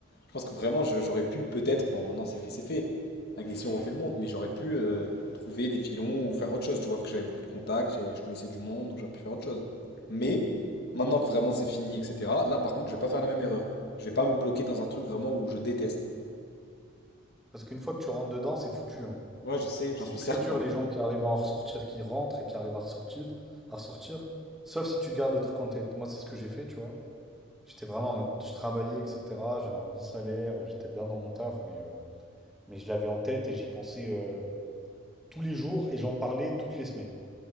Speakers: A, on the left; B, in the centre.
A: je pense que vraiment, je- j'aurais pu peut-être. Bon, maintenant c'est fait, c'est fait. Avec des si on refait le monde. Mais j'aurais pu euh, trouver des filons ou faire autre chose. Tu vois, parce que j'avais beaucoup de contacts et je connaissais du monde. Donc j'aurais pu faire autre chose. Mais maintenant que vraiment c'est fini, etc. Là, par contre, je vais pas faire la même erreur. Je vais pas me bloquer dans un truc vraiment où je déteste.
B: Parce qu'une fois que tu rentres dedans, c'est foutu, hein.
A: Ouais, je sais,
B: C'est
A: j'en suis
B: très
A: certain.
B: dur les gens qui arrivent à en ressortir, qui rentrent et qui arrivent à ressortir, à ressortir. Sauf si tu gardes le truc en tête. Moi, c'est ce que j'ai fait, tu vois. J'étais vraiment en mode, je travaillais, etc. J'avais un bon salaire, j'étais bien dans mon taf, mais, euh, mais je l'avais en tête et j'y pensais euh, tous les jours et j'en parlais toutes les semaines.